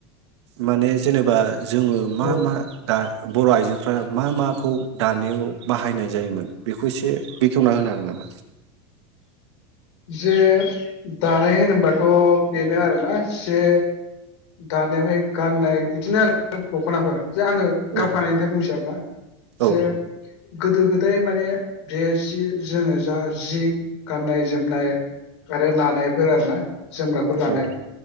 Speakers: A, on the right; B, on the left.
A: माने जेनेबा जोङो मा
B: औ
A: मा दा बर' आइजोफ्रा मा माखौ दानायाव बाहायनाय जायोमोन बेखौ एसे बेखेवना होनो हागोन नामा?
B: जे दानाय होनोबाथ बेनो आरोना जे दानायावहाय गाननाय बिदिनो आरो दखनाफोर जे आङो गाबगानायनिफ्राय
A: औ
B: बुंसै आरो ना जे
A: औ
B: गोदो गोदाय माने बे जि जोङो जा जि गाननाय जोमनाय आरो लानायफोर आरो ना जोमग्राफोर लानाय
A: औ